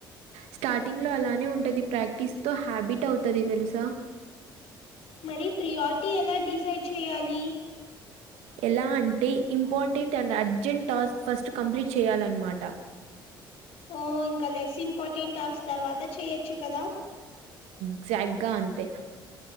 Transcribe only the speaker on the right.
స్టార్టింగ్ లో అలానే ఉంటంది ప్రాక్టీస్ తో హ్యాబిట్ అవుతది తెలుసా
ఎలా అంటే ఇంపార్టెంట్ తన అర్జెంట్ టాస్క్ ఫస్ట్ కంప్లీట్ చేయాలన్నమాట
ఎగ్జాక్ట్గా అంతే